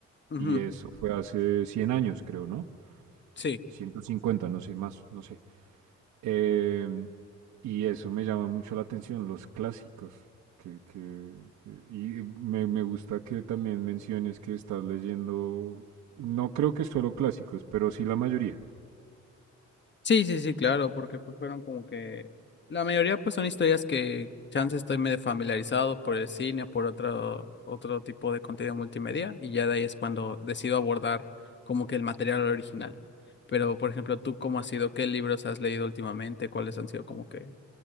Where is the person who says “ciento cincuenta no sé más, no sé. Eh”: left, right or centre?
Right